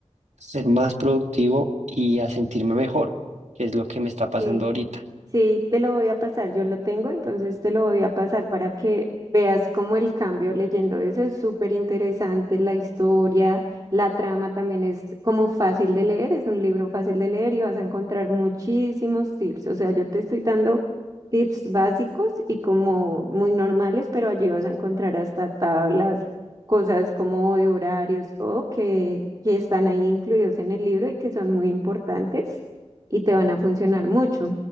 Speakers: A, on the right; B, on the right.
A: a ser más productivo y a sentirme mejor, que es lo que me está pasando
B: Sí.
A: ahorita.
B: Sí, te lo voy a pasar, yo lo tengo, entonces te lo voy a pasar para que veas cómo el cambio leyendo eso es súper interesante, la historia, la trama también es como fácil de leer, es un libro fácil de leer y vas a encontrar muchísimos tips, o sea, yo te estoy dando tips básicos y como muy normales, pero allí vas a encontrar hasta tablas, cosas como de horarios o que, que están ahí incluidos en el libro y que son muy importantes y te van a funcionar mucho.